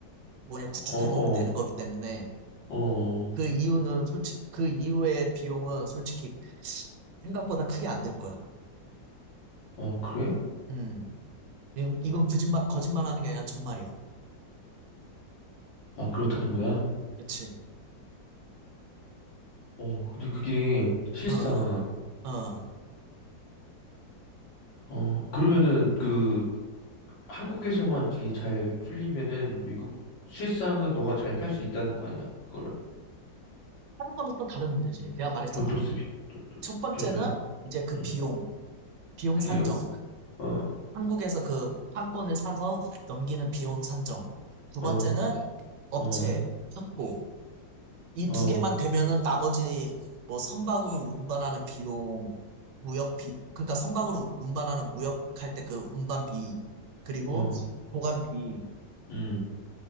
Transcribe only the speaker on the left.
어.
어.
어. 어.
아, 그래?
아, 그렇다는 거야?
어. 근데 그게 실상
어, 그러면은 그 한국에서만 이게 잘 뚫리면은 외국 실상은 너가 잘 팔 수 있다는 거 아니야? 그거를.
보톡스 비-
필름.
음.
비용.
어.
어.
어.
어.
어.
음.